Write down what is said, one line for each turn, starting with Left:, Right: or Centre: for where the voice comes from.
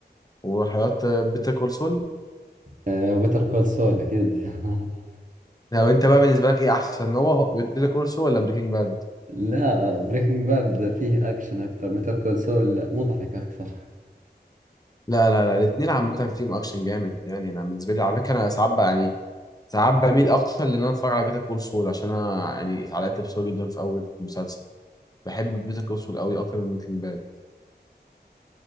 Left: وحضرت بيتر كول سول
Right: أه وبيتر كول سول أكيد <laughs>
Left: لو انت بقى بالنسبه لك ايه احسن هو بيتر كول سول ولا بريكنج باد
Right: لا بريكنج باد فيه أكشن أكثر بيتر كول سول مضحك أكثر
Left: لا لا لا الاثنين عامه فيهم اكشن جامد يعني انا بالنسبه لي على فكره انا ساعات بقى يعني ساعات بميل اكتر لان انا اتفرج على بيتر كول سول عشان انا يعني اتعلقت بسول جدا في اول مسلسل بحب بيتر كول سول قوي اكتر من بريكنج باد